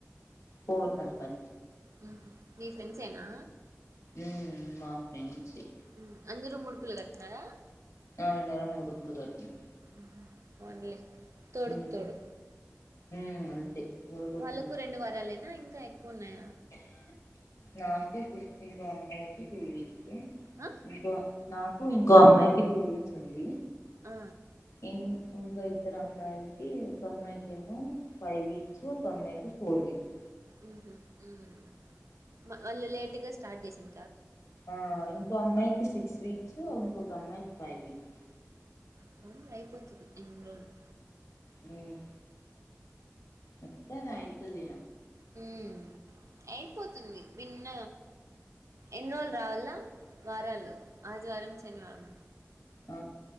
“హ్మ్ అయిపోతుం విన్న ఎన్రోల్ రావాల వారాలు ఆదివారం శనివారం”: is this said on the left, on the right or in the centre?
Right